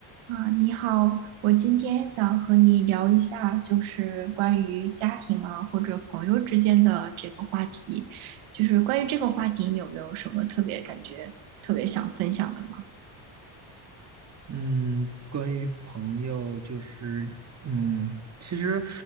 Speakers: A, on the right; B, on the right.
A: 啊，你好，我今天想和你聊一下，就是关于家庭啊或者朋友之间的这个话题。就是关于这个话题，你有没有什么特别感觉、特别想分享的吗？
B: 嗯，关于朋友，就是嗯，其实